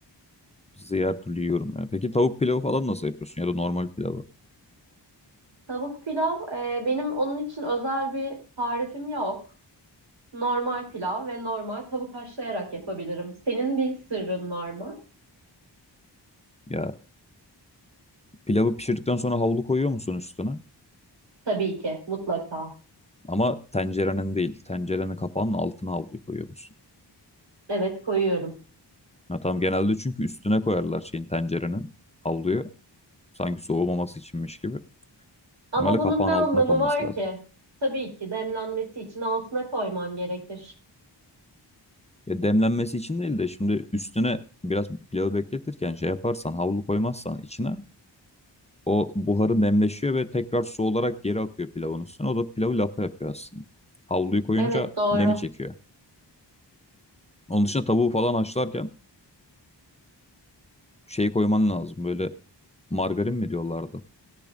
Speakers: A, on the left; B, on the right.
A: Pizzayı her türlü yiyorum ya. Peki tavuk pilavı falan nasıl yapıyorsun ya da normal pilavı?
B: Tavuk pilav, e, benim onun için özel bir tarifim yok. Normal pilav ve normal tavuk haşlayarak yapabilirim. Senin bir sırrın var mı?
A: Ya pilavı pişirdikten sonra havlu koyuyor musun üstüne?
B: Tabii ki, mutlaka.
A: Ama tencerenin değil. Tencerenin kapağının altına havluyu koyuyor musun?
B: Evet, koyuyorum.
A: Ha, tamam genelde çünkü üstüne koyarlar şeyin tencerenin havluyu. Sanki soğumaması içinmiş gibi.
B: Ama
A: Normalde
B: bunun
A: kapağın
B: ne anlamı
A: altına konması
B: var
A: lazım.
B: ki? Tabii ki demlenmesi için altına koyman gerekir.
A: Ya demlenmesi için değil de şimdi üstüne biraz pilavı bekletirken şey yaparsan havlu koymazsan içine o buharı nemleşiyor ve tekrar su olarak geri akıyor pilavın üstüne. O da pilavı lapa yapıyor aslında. Havluyu koyunca
B: Evet, doğru.
A: nemi çekiyor. Onun dışında tavuğu falan haşlarken şey koyman lazım böyle margarin mi diyorlardı.